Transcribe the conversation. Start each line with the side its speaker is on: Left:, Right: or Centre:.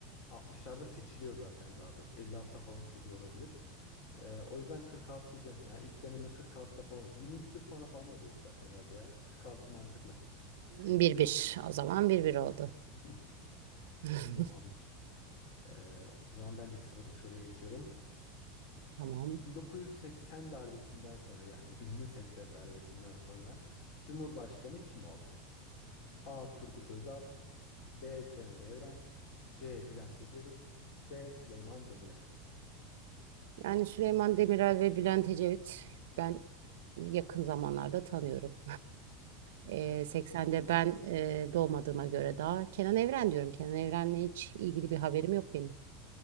Left: 60'larda seçiliyor zaten daha doğrusu. 56'da falan kuruluyor olabilir. Ee, o yüzden 46 diyeceğim. Yani ilk deneme 46'da falan olmuş. 20 küsür sonra falan oluyordu zaten herhalde ya. 46 mantıklı.
Right: 1-1. O zaman 1-1 oldu.
Left: <laughs>
Right: <laughs>
Left: Tamamdır. Ee, o zaman bendeki sıradaki soruya geçiyorum.
Right: Tamam.
Left: 1980 darbesinden sonra yani ünlü 80 darbesinden sonra Cumhurbaşkanı kim oldu? A. Turgut Özal B. Kenan Evren. C. Bülent Ecevit. D. Süleyman Demirel.
Right: Yani Süleyman Demirel ve Bülent Ecevit ben yakın zamanlarda tanıyorum. Ee,
Left: Tamam.
Right: 80'de ben e, doğmadığıma göre daha Kenan Evren diyorum. Kenan Evren'le hiç ilgili bir haberim yok benim.